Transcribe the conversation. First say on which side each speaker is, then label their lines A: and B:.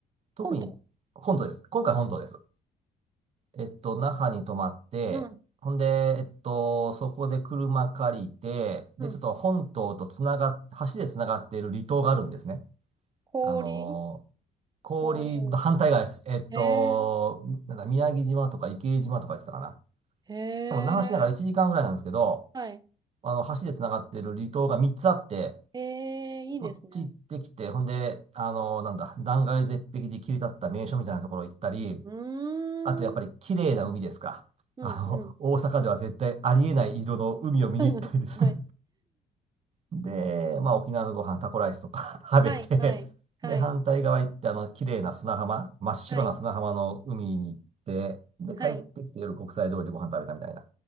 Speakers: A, on the right; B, on the right.
A: 特に、
B: 本当。
A: 本島です。今回本島です。えっと、那覇に泊まって、
B: うん、
A: ほんで、えっと、そこで車借りて、で、
B: うん。
A: ちょっと本島とつながっ、橋でつながっている離島があるんですね。
B: 氷、
A: あの、氷と反対側です。
B: 氷をし。
A: えっと、
B: え
A: なんだ、宮城島とか池江島とか言ってたかな。
B: ー、えー、
A: 多分那覇市内から1時間ぐらいなんですけど、
B: はい。
A: あの、橋で繋がってる離島が3つあって、
B: えー、いいですね。
A: そっち行ってきて、ほんで、あの、なんだ、断崖絶壁で切り立った名所みたいなところ行ったり、
B: うーん、
A: あとやっぱり綺麗な海ですか。
B: うん、
A: あの、
B: うん。
A: 大阪では絶対ありえない色の海を見に行ったりですね。
B: <laughs> はい、
A: で、まあ、沖縄のご飯、タコライスとか <laughs> 食べて、
B: はい、はい、はい、
A: で、反対側行って、あの、綺麗な砂浜、真っ白な砂浜の海に行って、
B: はい、
A: で、
B: はい。
A: 帰ってきて夜国際通りでご飯食べたみたいな。
B: う